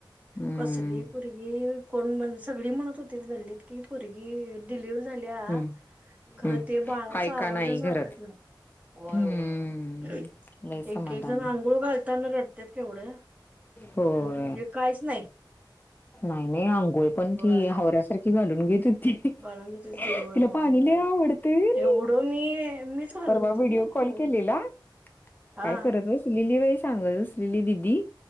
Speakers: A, on the left (about 25°); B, on the right (about 20°).
A: हम्म
B: कसली पोरगी कोण म्हण सगळी म्हणत होती गलीत की पुरगी डिलिव्हरी झाल्या
A: हम्म
B: खरं
A: हम्म.
B: ते बाळाचा
A: हाय का
B: आवाजच
A: नाही घरात
B: वाटत नाही. होय
A: हम्म
B: होय होय
A: लय
B: एक
A: समाधानी
B: एक जण आंघोळ घालताना रडतात केवढे
A: होय
B: हे काहीच नाही
A: नाही नाही आंघोळ पण
B: होय
A: ती हावऱ्यासारखी घालून घेत <unintelligible> तिला
B: वाळून घेते ते होय होय
A: पाणी
B: होय
A: लय आवडत होय नी.
B: <unintelligible>
A: परवा व्हिडिओ
B: ना
A: कॉल
B: चोळून
A: केलेला
B: हा
A: काय करत बसलेली बाई सांगत बसलेली दिदी